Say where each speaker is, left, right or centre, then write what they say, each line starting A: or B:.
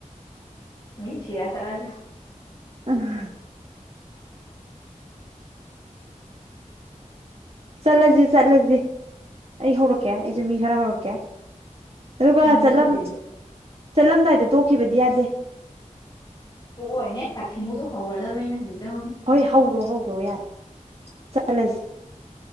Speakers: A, on the left; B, on the right.
A: ꯃꯤ ꯊꯤꯔ ꯆꯠꯂꯒꯦ
B: <unintelligible> ꯆꯠꯂꯁꯤ ꯆꯠꯂꯁꯤ ꯑꯩ ꯍꯧꯔꯛꯀꯦ ꯑꯩꯁꯨ ꯃꯤ ꯈꯔ ꯍꯧꯔꯛꯀꯦ ꯑꯗꯨꯒ
A: ꯅꯣꯏ
B: ꯆꯠꯂꯝ
A: ꯆꯦꯁꯨ
B: ꯆꯠꯂꯝꯗꯥꯏꯗ ꯇꯣꯛꯈꯤꯕꯗꯤ ꯌꯥꯗꯦ
A: ꯇꯣꯛꯑꯣꯢꯅꯦ ꯀꯥꯊꯤꯃꯨꯗꯣ ꯍꯧꯔꯗꯕꯅꯤꯅꯦ ꯍꯧꯖꯤꯛꯇꯩ ꯍꯧꯅ
B: ꯍꯣꯏ ꯍꯧꯔꯣ ꯍꯧꯔꯣ ꯌꯥꯔꯦ ꯆꯠꯂꯁꯤ